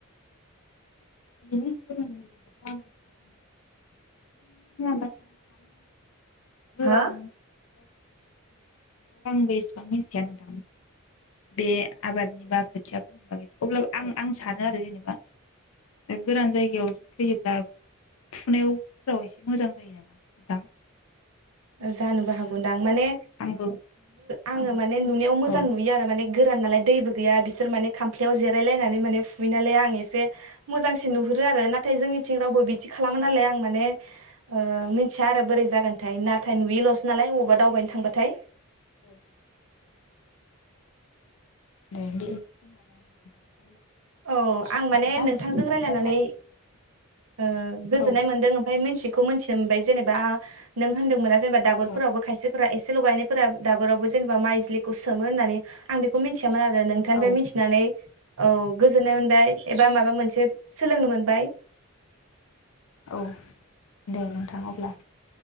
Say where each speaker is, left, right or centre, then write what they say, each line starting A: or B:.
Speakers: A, on the left; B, on the right.
A: <unintelligible> <unintelligible> <unintelligible> <unintelligible> अ
B: हो
A: आं बिखौ मोनथिया नोंथां बे आबादनि बा खोथियाफोरनि बागै अब्ला आं आं सानो आरो जेनेबा गोरान जायगायाव फैयोब्ला फुनायावफोराव एसे मोजां जायो नामा दां
B: जानोबो हागौदां माने
A: आंबो
B: आङो
A: आंबो
B: माने नुनायाव मोजां
A: औ
B: नुयो आरो माने गोरान नालाय दैबो गैया बिसोर माने खामफ्याव जेरायलायनानै माने फुैयो नालाय आं एसे मोजांसिन नुहुरो आरो नाथाय जोंनिथिं रावबो बिदि खालामा नालाय आं माने ओ मिथिया आरो बोरै जागोनथाय ना नाथाय नुयैल'सो नालाय बबावबा दावबायनो थांबाथाय
A: औ <unintelligible>
B: औ आं माने
A: नोंथां
B: नोंथांजों
A: समाबो
B: रायलायनानै
A: जाबाय
B: ओ गोजोननाय
A: औ
B: मोन्दों ओमफ्राय मिथि खौ मोनथिनो मोनबाय जेनेबा नों होन्दोंमोना जेनबा दाबोदफोरावबो
A: औ
B: खायसे एसे लगायनायफोरा दाबोरावबो जेनेबा माइज्लिखौ सोमो होननानै आं बेखौ मिथि मोन आरो नोंथांनिफ्राय
A: औ
B: मिथिनानै औ गोजोननाय मोनबाय एबा माबा मोनसे सोलोंनो मोनबाय
A: औ दे नोंथां अब्ला